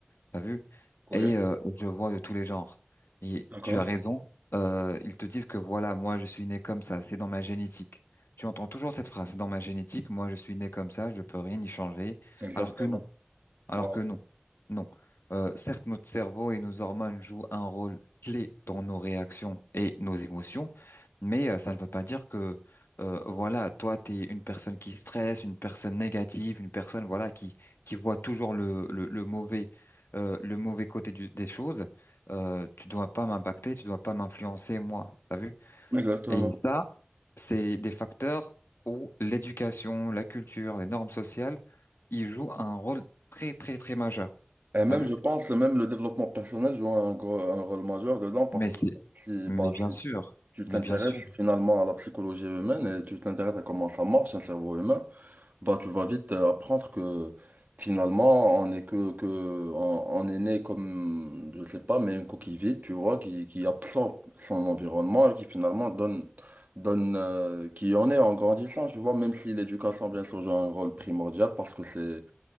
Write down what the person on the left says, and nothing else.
t'as vu?
Et euh, je vois de tous les genres. Et
tu as raison. euh, ils te disent que voilà, moi, je suis né comme ça, c'est dans ma génétique. Tu entends toujours cette phrase, c'est dans ma génétique, moi, je suis né comme ça, je peux rien y changer.
Alors que non. Alors
que non, non. Euh, certes, notre cerveau et nos hormones jouent un rôle clé dans nos réactions et nos émotions, mais euh, ça ne veut pas dire que, euh, voilà, toi, tu es une personne qui stresse, une personne négative, une personne, voilà, qui qui voit toujours le le, le mauvais euh, le mauvais côté du- des choses. Euh, tu dois pas m'impacter, tu dois pas m'influencer, moi. T'as vu?
Et ça, c'est des facteurs où l'éducation, la culture, les normes sociales, ils jouent un rôle très très très majeur.
T'as vu?
Mais
c'est,
mais
bien
sûr,
mais bien sûr,